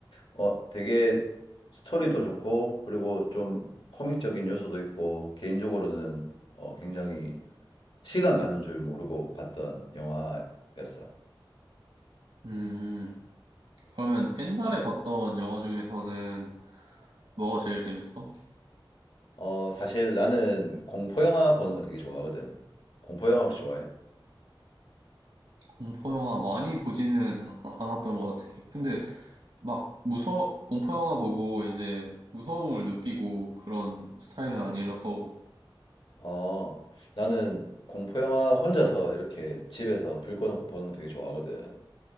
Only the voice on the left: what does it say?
어, 되게 스토리도 좋고, 그리고 좀 코믹적인 요소도 있고, 개인적으로는 어, 굉장히 시간 가는 줄 모르고 봤던 영화였어.
어, 사실 나는 공포 영화 보는 거 되게 좋아하거든. 공포 영화 혹시 좋아해?
어, 나는 공포 영화 혼자서 이렇게 집에서 불 꺼놓고 보는 거 되게 좋아하거든.